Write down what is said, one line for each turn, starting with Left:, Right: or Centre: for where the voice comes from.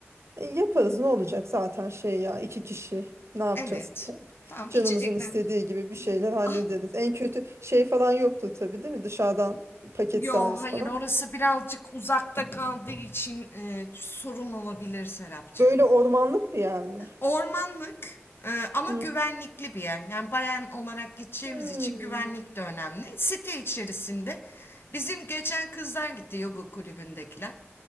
Right: E, yaparız ne olacak zaten şey ya iki kişi. Ne yapacağız
Left: Evet.
Right: ki?
Left: Tamam
Right: Canımızın
Left: içecekler.
Right: istediği gibi bir şeyler hallederiz.
Left: Ah
Right: En kötü şey falan yoktur tabii değil mi? Dışarıdan paket
Left: yo
Right: servis
Left: hayır
Right: falan.
Left: orası birazcık uzakta kaldığı için e, sorun olabilir Serapcığım.
Right: Böyle ormanlık bir yer mi?
Left: Ormanlık e, ama
Right: Hmm,
Left: güvenlikli bir yer. Yani bayan olarak gideceğimiz
Right: Hmm,
Left: için güvenlik de önemli. Site içerisinde bizim geçen kızlar gitti yoga kulübündekiler.